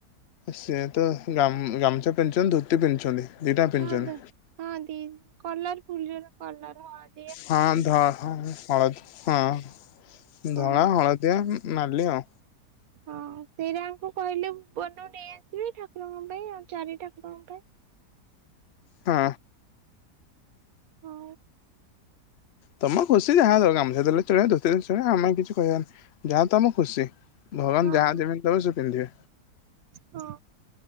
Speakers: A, on the left; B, on the right.
A: ସିଏ ତ ଗାମୁ ଗାମୁଛା ପିନ୍ଧୁଛନ୍ତି ଧୋତି ପିନ୍ଧୁଛନ୍ତି। ଦିଟା ପିନ୍ଧୁଛନ୍ତି
B: ହଁ ଦ ହଁ ଦିଦ୍ କଲର ଫୁଲ ଜୋର କଲର ହ
A: ହଁ ଧ ହଳଦ ହଁ ଧରା
B: ହଁ
A: ହଳଦିଆ ନାଲି ଆଉ
B: ହଁ ସେଇଟାଙ୍କୁ କହିଲେ ବନୁ ନେଇଆସିବେ ଠାକୁରଙ୍କ ପାଇଁ ଆଉ ଚାରି ଠାକୁରଙ୍କ ପାଇଁ।
A: ହଁ।
B: ହଁ।
A: ତମ ଖୁସି ଯାହା ଦବ ଗାମୁଚା ଦେଲେ ଚଲିବ ଧୋତି ଦେସେ ଚଲିବ ଆମେ କିଛି କହିବନି ଯାହା ତମ ଖୁସି। ଭଗବାନ
B: ଆଉ
A: ଯାହା ଯେମିତି ଦବ ସେ ପିନ୍ଧିବେ।
B: ହଁ